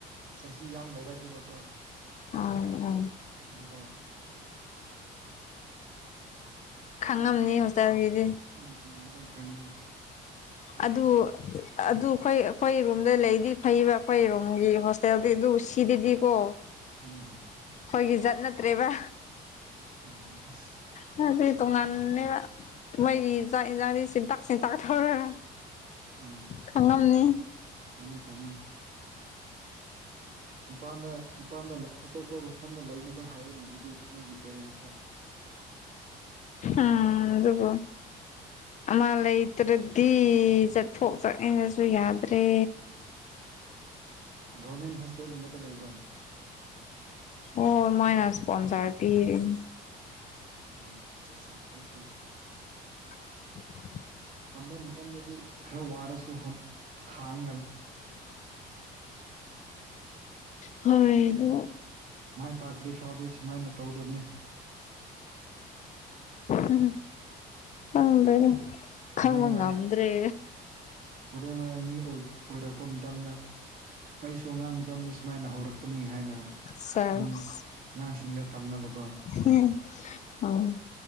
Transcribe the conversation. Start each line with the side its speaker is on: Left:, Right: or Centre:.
Right: ꯆꯍꯤ ꯌꯥꯝ ꯂꯩꯔꯒꯦꯕꯀꯣ
Left: ꯑꯥꯎ ꯑꯥꯎ
Right: ꯑꯗꯨꯗ
Left: ꯈꯪꯉꯝꯅꯤ
Right: ꯍꯥꯎ
Left: ꯍꯣꯁꯇꯦꯜꯒꯤꯗꯤ
Right: ꯎꯝ ꯂꯣꯏ ꯈꯪꯕꯅꯤ
Left: ꯑꯗꯨ ꯑꯗꯨ ꯈꯣꯏ ꯑꯩꯈꯣꯏ ꯔꯨꯝꯗ ꯂꯩꯗꯤ ꯐꯩꯌꯦꯕ ꯑꯩꯈꯣꯏ ꯔꯨꯝꯒꯤ ꯍꯣꯁ ꯇꯦꯜ ꯗꯤ ꯑꯗꯨꯕꯨ ꯁꯤꯗꯗꯤ ꯀꯣ
Right: ꯎꯝꯍꯨ
Left: ꯈꯣꯏꯒꯤ ꯖꯠ ꯅꯠꯇ꯭ꯔꯦꯕ
Right: ꯑꯥꯡ ꯑꯁ
Left: ꯍꯥꯏꯗꯤ ꯇꯣꯡꯉꯥꯟꯂꯦꯕ ꯃꯣꯏꯒꯤ ꯆꯥꯛ ꯌꯦꯟꯖꯥꯡꯗꯤ ꯁꯤꯟꯇꯥꯛ ꯁꯤꯟꯇꯥꯛ ꯊꯧꯔ
Right: ꯎꯝ
Left: ꯈꯪꯉꯝꯅꯤ
Right: ꯈꯪꯉꯦ ꯈꯪꯉꯦ ꯃꯄꯥꯟꯗ ꯃꯄꯥꯟꯗ ꯂꯩ ꯑꯇꯣꯞꯄ ꯃꯐꯝꯗ ꯂꯩꯅꯕ ꯍꯥꯏꯔꯨꯅꯦ ꯑꯗꯨꯗꯤ ꯅꯣꯏꯒꯤ ꯄꯦꯔꯦꯟꯁꯇ
Left: ꯑꯥ ꯑꯗꯨꯕꯨ ꯑꯃ ꯂꯩꯇ꯭ꯔꯗꯤ ꯆꯠꯊꯣꯛ ꯆꯠꯅꯤꯡꯉꯁꯨ ꯌꯥꯗ꯭ꯔꯦ
Right: ꯒꯣꯔꯃꯦꯟ ꯍꯣꯁꯇꯦꯜꯒꯨꯝꯕꯗ ꯂꯩꯕ꯭ꯔꯥ
Left: ꯍꯣꯏ ꯃꯣꯏꯅꯥ ꯁꯄꯣꯟꯁꯔ ꯄꯤꯔꯤꯟ
Right: ꯑꯣ ꯑꯆꯥ ꯑꯆꯥ ꯐꯩ ꯐꯩ
Left: <inaudible>
Right: ꯇꯝꯕ ꯃꯇꯝꯗꯗꯤ ꯈꯔ ꯋꯥꯔꯁꯨ ꯈꯥꯡꯒ
Left: ꯍꯣꯏ ꯑꯗꯨ
Right: ꯃꯥꯏ ꯄꯥꯛꯂꯤ ꯐꯥꯎꯗꯤ ꯁꯨꯃꯥꯏꯅ ꯇꯧꯗꯝꯅꯤ
Left: ꯎꯝ ꯈꯪꯗꯦꯗ
Right: ꯍꯣꯔꯦꯟ
Left: ꯈꯪꯕ
Right: ꯋꯥꯏ
Left: ꯉꯝꯗ꯭ꯔꯦ
Right: ꯍꯣꯔꯦꯟ ꯋꯥꯥꯏ ꯃꯤ ꯑꯣꯏ ꯑꯣꯏꯔꯛꯄ ꯃꯇꯝꯗꯥ ꯑꯩꯁꯨ ꯑꯉꯥꯡ ꯃꯇꯝꯗ ꯁꯨꯃꯥꯏꯅ ꯍꯧꯔꯛꯄꯅꯤ ꯍꯥꯏꯅ
Left: ꯁꯦꯁ
Right: ꯃꯤ ꯑꯉꯥꯡꯁꯤꯡꯗ ꯇꯝꯅꯕꯀꯣ
Left: ꯎꯝ ꯑꯣ